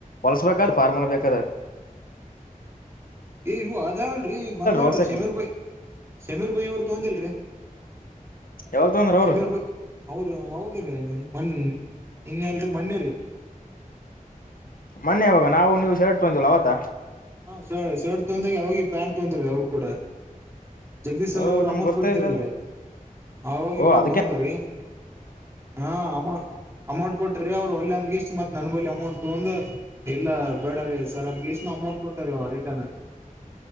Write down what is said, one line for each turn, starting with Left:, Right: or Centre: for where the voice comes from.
Left: ಓಲ್ಸ್ <unintelligible> ಫಾರ್ಮಲ್ ಬೇಕಾದ
Right: ಏ ಇವ ಅದಾವಲ್ರೀ ಈ ಬಂದಾವಲ್ರಿ
Left: ಹೊಲ್ಸಕ್
Right: ಶೀಮಿರ್ ಭಾಯಿ ಶಮೀರ್ ಭಾಯಿ ಅವರು ತೊಂದಿಲ್ರರಿ
Left: ಯಾವಾಗ ತಗೊಂಡ್ರ ಅವ್ರು
Right: ಸಮೀರ್ ಭಾಯಿ ಅವರು ಅವೋ ಮಣ ಇನ್ಯಲ್ರಿ ಮಣ್ಣೇರಿ
Left: ಮೊನ್ನೆ ಯವಾಗ ನಾವು ನೀವು ಶರ್ಟ್ ತಂದವಲ್ ಅವತ
Right: ಸ ಚರ್ಡ್ ತಂದಾಗ ಅವಿ ಬ್ಯಾಂಡ್ ತೊಂತ್ರ ಅವರು ಕೂಡ ಜಗದೀಶ್
Left: ಓ
Right: ಅವರ್ ಅವರು
Left: ನಮ್ಗೆ
Right: ಅಮೌಂಟ್
Left: ಗೊತ್ತ
Right: ಕೊಟ್ಟಿದರಲ್ರೀ
Left: ಇಲ್ಲಲ್ಲ
Right: ಆ ಹೋಗಿ
Left: ಓ ಅದಕ್ಕೆ
Right: ತೊಂದ್ರೀ ಹಮೌ ಅಮೌಂಟ್ ಕೊಟೀ ಅವರು ಒಲ್ಲೆ ಎಷ್ಟು ಮ ನನ್ ಬಲಿ ಅಮೌಂಟ್ ತಗೊಂಡು ಇಲ್ಲ ಬೇಡ ರ ಸರ್ ಅಂತ ಅಮೌಂಟ್ ಕೊಟ್ಟಾರೆ ರಿ ರಿಟರ್ನ್ <unintelligible>